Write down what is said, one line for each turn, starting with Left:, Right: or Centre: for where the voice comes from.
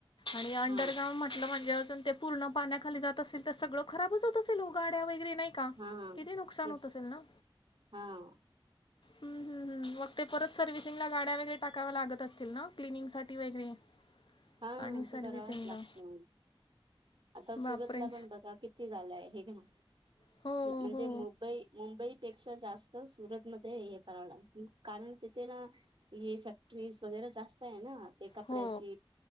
Left: आणि अंडरग्राउड
Right: हा
Left: म्हटल म्हणजे अजून. ते पूर्ण पाण्याखाली जात असेल तर सगळं खराबच होत असेल हो गाड्या वगैरे नाही. का
Right: हा
Left: किती नुकसान
Right: तेच
Left: होत असेल ना.
Right: हा.
Left: हम्म हम्म हम्म मग ते परत सर्व्हिसिंग ला गाड्या वगैरे टाकाव्या लागत असतील ना क्लनिंगं साठी वगैरे. <unintelligible>
Right: हा
Left: सर्व्हिसिंगला
Right: ते करावच लागतो आता सुरतला
Left: बापरे
Right: पण बघा कि. किती हे झालय हे क नई
Left: हो
Right: म्हणजे
Left: हो
Right: मुबई मुंबई पेक्षा जास्त सुरत मध्ये हे कराव लागत कारण तिथे ना. हे फॅक्टरीज वगैरे जास्त आहे ना ते कपड्याची
Left: हो